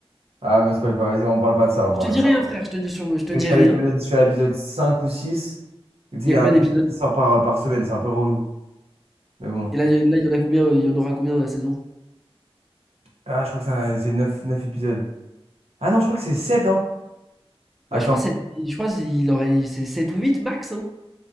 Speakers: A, on the right (about 75°); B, in the centre.
A: Ah, me spoil pas, vas-y, on parle pas de ça, on
B: Je Bon,
A: parle
B: te bah dis
A: pas.
B: rien, frère, je te dis, sur- je te
A: Je
B: dis
A: suis
B: rien.
A: à l'épisode, je suis à l'épisode 5 ou six Tu sais,
B: Il
A: il y
B: y a
A: a
B: combien
A: un
B: d'épisodes?
A: épisode qui sort par, par semaine, c'est un peu relou. Mais bon.
B: Et là, il y a- là, il y en a combien, euh, il y en aura combien dans la saison?
A: Ah, je crois que ça- c'est neuf neuf épisodes. Ah non, je crois que c'est 7 hein. Attends.
B: Ouais, je crois que c'est- je crois qu'il aurait c'est 7 ou 8 max, hein.